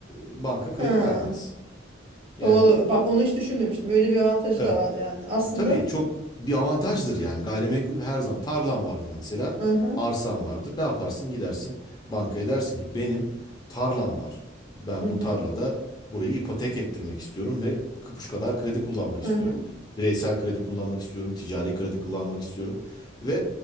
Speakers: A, on the left (about 20°); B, on the right (about 30°).
A: e, banka kredi
B: Ha,
A: vermez. Yani
B: doğru.
A: e,
B: Bak onu hiç düşünmemiştim. Öyle bir avantajı
A: evet.
B: da var yani. Aslında.
A: E, Tabii çok bir avantajdır yani. Gayrimenkul her zaman tarlan vardır mesela.
B: Hı hı,
A: Arsan vardır. Ne yaparsın? Gidersin bankaya dersin ki benim tarlam var. Ben
B: hı hı,
A: bu tarlada burayı ipotek ettirmek istiyorum ve şu kadar kredi kullanmak
B: hı
A: istiyorum.
B: hı,
A: Bireysel kredi kullanmak istiyorum, ticari kredi kullanmak istiyorum ve